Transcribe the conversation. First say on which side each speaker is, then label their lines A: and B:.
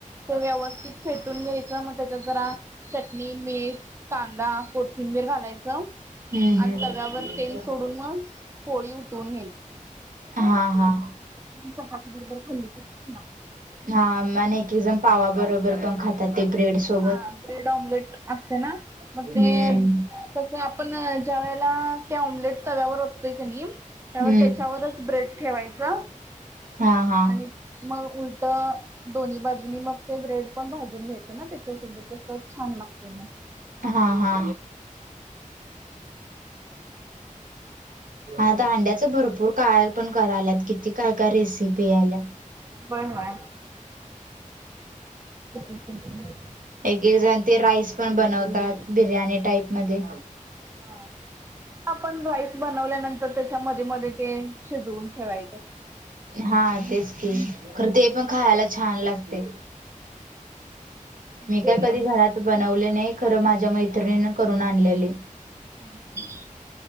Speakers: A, on the right; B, on the right.
A: ते व्यवस्थित फेटून घ्यायच, म त्याच्यात जरा चटणी, मीठ, कांदा, कोथिंबीर घालायचं.
B: हम्म
A: च
B: हम्म
A: आणि तव्यावर तेल सोडून मग, पोळी उठवून घ्यायची.
B: हां -हां
A: चपाती बरोबर खाल्ली खाल्ला -
B: हा आणि एक एक जण पावा बरोबर पण खातात ते ब्रेड- सोबत
A: हा ब्रेड ऑमलेट असते ना मग
B: हम्म
A: ते तस आपण ज्या वेळेला, ते ऑमलेट तव्यावर ओतोय कनी, त्या
B: हम्म
A: त्याच्यावरच ब्रेड ठेवायचा.
B: हा हा
A: आणि मग उलट, दोन्ही बाजूननी मग, हे ब्रेड पण भाजून घेयच ना, त्याच्यासोबतच, त छान लागते मग,
B: हा हा. आता अंड्याच भरपूर काय पण करायल्यात, किती काय काय रेसिपी यायल्या.
A: होय होय. हम हम <inaudible>
B: एक एक जण ते राईस पण बनवतात, बिर्याणी टाईप मध्ये.
A: हा. आपण राईस बनवल्यानंतर, त्याच्या मध्ये मध्ये ते, शिजवून ठेवायचे.
B: हा तेच की, खर ते पण खायला छान लागते. मी
A: बिर्याणी
B: काय कधी घरात बनव नाही, खर माझ्या मैत्रिणीने करून आणलेली.
A: ह.